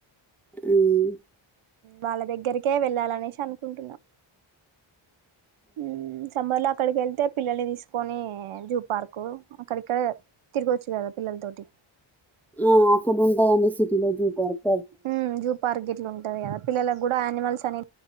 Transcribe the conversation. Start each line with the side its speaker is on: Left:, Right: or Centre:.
Centre: ఉమ్,
Right: వాళ్ళ దగ్గరికే వెళ్ళాలినిషి అనుకుంటున్నా ఉమ్ సమ్మర్ లో అక్కడికి వెళ్తే పిల్లల్ని తీసుకొని జూ పార్క్ కో అక్కడికె తిరగవచ్చు కదా పిల్లల తోటి
Centre: ఆ అక్కడ ఉంటాయండి సిటీలో జూపర్క్
Right: ఉ జూ పార్క్ ఇట్లా ఉంటది కదా పిల్లలకు కూడా యానిమల్స్ పని